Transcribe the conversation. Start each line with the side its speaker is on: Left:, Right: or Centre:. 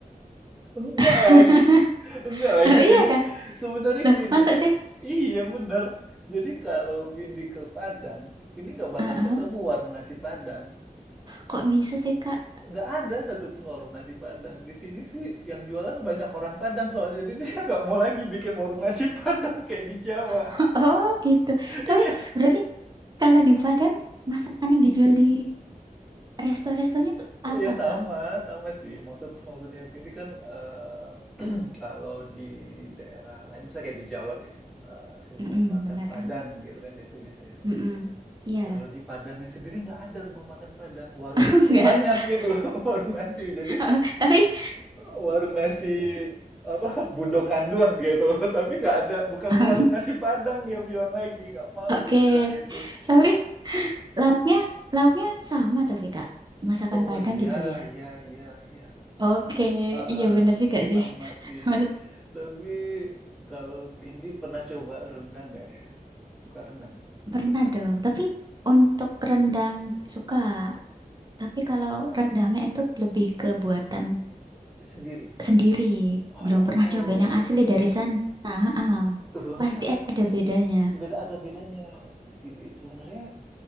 Centre: Enggak
Right: <laughs>
Centre: lagi, <laughs> enggak lagi
Right: Oh
Centre: Vindi.
Right: iya kak?
Centre: Sebenarnya
Right: Loh,
Centre: gini,
Right: masa sih?
Centre: iya bener. Jadi kalau Vindi ke Padang, Vindi nggak bakal
Right: Heeh.
Centre: ketemu warung nasi Padang.
Right: Kok bisa sih Kak?
Centre: Nggak ada satupun warung nasi Padang. Di sini sih yang jualan banyak orang Padang soalnya. Jadi <laughs> dia nggak mau lagi bikin warung nasi Padang kayak di Jawa.
Right: <laughs>
Centre: <laughs>
Right: Oh gitu.
Centre: Iya,
Right: Tapi berarti kalau di Padang Masakan yang dijual di resto-restonya tuh apa
Centre: iya sama,
Right: Kak?
Centre: sama sih. Maksud maksudnya Vindi kan eh, <clears throat> kalau di daerah lain, misalnya kayak di Jawa deh, eh, rumah
Right: Mm-mm,
Centre: makan
Right: bener.
Centre: Padang gitu kan dia tulis ya.
Right: Mm-mm. Iya.
Centre: Kalau di Padangnya sendiri nggak ada rumah makan Padang, warung
Right: <laughs>
Centre: nasi
Right: nggak
Centre: banyak
Right: ada.
Centre: gitu, <laughs> warung nasi. Jadi
Right: <laughs> Tapi
Centre: warung nasi apa bundokan doang gitu, <laughs> tapi nggak ada, bukan
Right: <laughs>
Centre: warung nasi Padang dia bilang lagi, nggak mau
Right: oke.
Centre: dia bilang gitu.
Right: Tapi Lauknya, lauknya sama tapi Kak. Masakan
Centre: Oh
Right: Padang
Centre: iya
Right: gitu ya.
Centre: iya iya iya,
Right: Oke,
Centre: Ah,
Right: iya
Centre: ah,
Right: bener juga sih.
Centre: sama sih.
Right: <laughs> Mas-
Centre: Tapi kalau Vindi pernah coba rendang nggak ya? Suka rendang nggak?
Right: Pernah
Centre: Pernah
Right: dong,
Centre: makan
Right: tapi
Centre: rendang
Right: untuk rendang suka. Tapi kalau rendangnya itu lebih ke buatan
Centre: sendiri?
Right: sendiri.
Centre: Oh,
Right: Belum pernah cobain yang asli dari sana. Ah,
Centre: sebenarnya
Right: pasti ada bedanya.
Centre: Beda ada bedanya, Vindi. Sebenarnya,